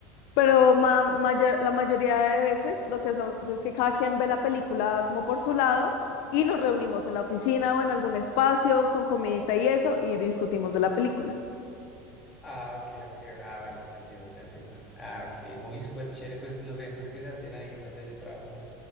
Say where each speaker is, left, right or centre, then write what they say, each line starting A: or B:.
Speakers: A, on the left; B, on the left.
A: pero ma- mayo- la mayoría de veces lo que hacemos es que cada quien ve la película como por su lado y nos reunimos en la oficina o en algún espacio con comidita y eso y discutimos de la película.
B: Ah, ok, ok. Ah, vale, te entiendo, te entiendo. Ah, ok. Voy súper chévere. Pues los eventos que se hacen ahí donde yo trabajo,